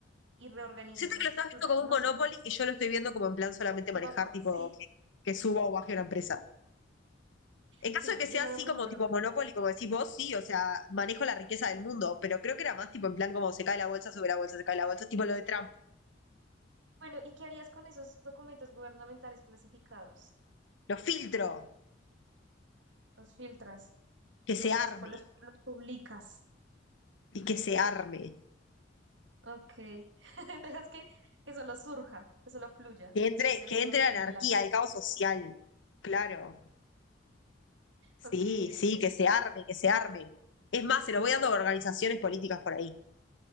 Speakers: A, on the right (about 70°); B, on the left (about 75°).
A: y reorganizas
B: Siento
A: la
B: que
A: estructura.
B: lo estás viendo como
A: No
B: un monopoly
A: sé,
B: y yo lo estoy viendo como en plan solamente manejar,
A: un poco.
B: tipo,
A: <laughs> Sí,
B: que, que suba o baje una empresa. En caso
A: sí,
B: de que sea
A: yo lo
B: así
A: veo como
B: como
A: un monopolio.
B: tipo Monopoly, como decís vos, sí, o sea, manejo la riqueza del mundo, pero creo que era más tipo en plan como se cae la bolsa, sube la bolsa, se cae la bolsa, tipo lo de Trump.
A: Bueno, ¿y qué harías con esos documentos gubernamentales clasificados?
B: Lo filtro,
A: Los filtras
B: que
A: y los,
B: se arme,
A: los, pues, los- los publicas.
B: y que se arme,
A: Ok. <laughs> Dejas que, que solo surja, que solo fluya
B: que entre,
A: después de
B: que
A: la información
B: entre la anarquía,
A: que lanzas.
B: el caos social. Claro, sí,
A: Ok,
B: sí,
A: ok.
B: que se arme, que se arme. Es más, se lo voy dando a organizaciones políticas por ahí.